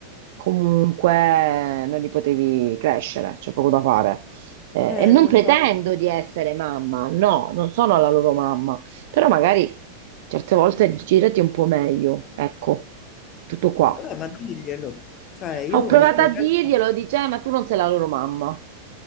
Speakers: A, on the right; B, on the left.
A: comunque non li potevi crescere, c'è poco da fare. Eh,
B: Eh,
A: e non
B: lo
A: pretendo
B: so,
A: di essere mamma, no, non sono la loro mamma però magari certe volte girati un po' meglio, ecco, tutto qua.
B: vabbè, ma diglielo. Cioè, io
A: Ah, Ho
B: con
A: provato
B: mia sorella,
A: a dirglielo, dice, "Eh, ma tu non sei la loro mamma.